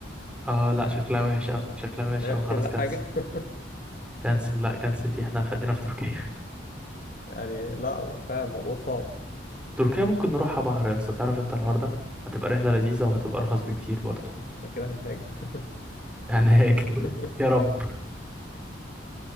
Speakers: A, in the centre; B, on the left (about 45°).
A: اه لا شكلها وحش قوي شكلها وحش
B: نعمل
A: قوي خلاص
B: كده
A: كنسل
B: حاجة <laughs>
A: كنسل لا كنسل دي احنا خلينا في تركيا <laughs>
B: يعني لا هو فعلا الموضوع صعب
A: تركيا ممكن نروحها بحر يا اسطى تعرف انت الحوار ده هتبقى رحله لذيذه وهتبقى ارخص بكتير برضو
B: احنا كده هنهاجر
A: هناك <laughs>
B: <laughs>
A: يا رب